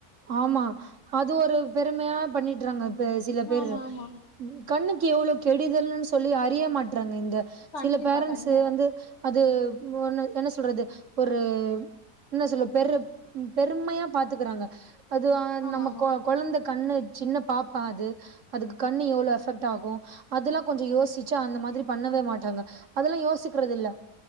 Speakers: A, on the right; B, on the left.
A: ஆமா அது ஒரு பெருமையா பண்ணிட்டுறாங்க பா சில பேரு
B: ஆமா ஆமா
A: கண்ணு க்கு எவ்ளோ கெடுதல் சொ சொல்லி அறிய மாட்றாங்க இந்த
B: கண்டிப்பா
A: சில பேரன்ஸ்சு
B: கண்டிப்பா
A: வந்து அது வா என்ன ஸ் சொல்றது ஒரு <unintelligible> என்ன சொல்ல பெரு பெருமையா பாத்துக்கறாங்க அது
B: ஆமா
A: நம்ம
B: ஆமா
A: கொ குழந்த கண்ணு சின்ன பாப்பா அது அதுக்கு கண்ணு எவ்ளோ அஃபெக்ட் ஆகும் அதெல்லாம் கொஞ்சம் யோசிச் ச்ச அந்த மாதிரி பண்ணவே மாட்டாங்க அதெல்லாம் யோசிக்கிறது இல்ல